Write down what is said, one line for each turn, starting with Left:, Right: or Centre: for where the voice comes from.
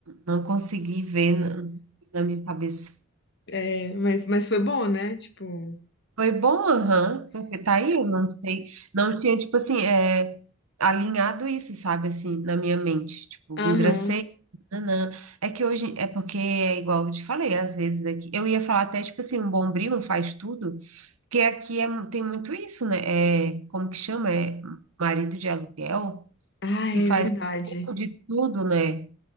Right: não consegui ver na, na minha cabeça.
Left: É, mas, mas foi bom, né? Tipo,
Right: Foi bom, aham, porque tá aí, eu não sei, não tinha, tipo assim, é, alinhado isso, sabe, assim, na minha mente, tipo,
Left: aham.
Right: vidraceiro, nanã. É que hoje, é porque é igual eu te falei, às vezes aqui, eu ia falar até, tipo assim, um bombril, um faz tudo, porque aqui é, mu- tem muito isso, né, é, como que chama, é marido de aluguel,
Left: Ah,
Right: que
Left: é
Right: faz
Left: verdade.
Right: um pouco de tudo, né,